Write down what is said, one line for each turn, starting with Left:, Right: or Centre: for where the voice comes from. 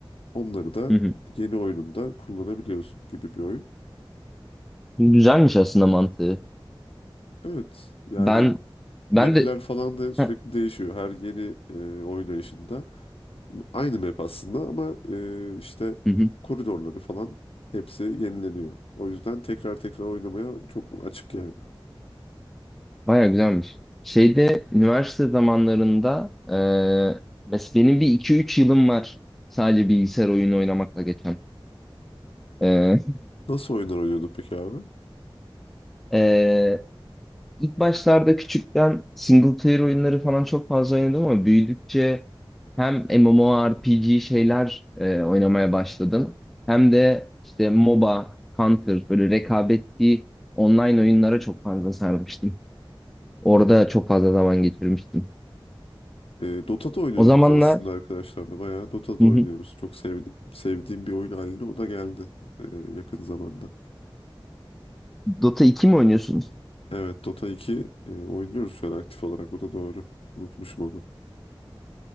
Left: onları da
Centre: Hı hı.
Left: yeni oyununda kullanabiliyorsun gibi bir oyun.
Centre: Güzelmiş aslında mantığı.
Left: Evet yani
Centre: Ben ben
Left: Map'ler
Centre: de
Left: falan da sürekli
Centre: Heh,
Left: değişiyor. Her yeni e, oynayışında aynı map aslında ama e, işte
Centre: hı hı.
Left: koridorları falan hepsi yenileniyor. O yüzden tekrar tekrar oynamaya çok açık yani.
Centre: Bayağı güzelmiş. Şeyde üniversite zamanlarında eee mes benim bir iki üç yılım var sadece bilgisayar oyunu oynamakla geçen. Eee
Left: Nasıl oyunlar oynuyorduk peki abi?
Centre: eee, <laughs> ilk başlarda küçükten single player oyunları falan çok fazla oynadım ama büyüdükçe hem MMORPG şeyler eee, oynamaya başladım. Hem de işte MOBA, Counter böyle rekabetli online oyunlara çok fazla sarmıştım. Orada çok fazla zaman geçirmiştim.
Left: E, Dota'da oynuyoruz
Centre: O zamanlar
Left: biz aslında arkadaşlarla. Bayağı Dota'da
Centre: Hı
Left: oynuyoruz.
Centre: hı.
Left: Çok sev- sevdiğim bir oyun haline o da geldi e, yakın zamanda.
Centre: Dota 2 mi oynuyorsunuz?
Left: Evet Dota 2 e, oynuyoruz şu an aktif olarak. O da doğru. Unutmuşum onu.